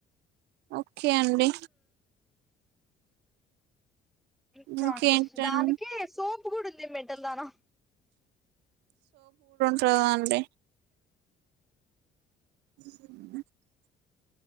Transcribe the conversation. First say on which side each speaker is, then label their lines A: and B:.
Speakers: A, on the right; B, in the centre.
A: okay అండి
B: ఇంకా
A: ఇంకేంటండి
B: అండి దానికి సోప్ కూడా ఉంది మెంటల్ దానా
A: ఉంటాదండి <inaudible>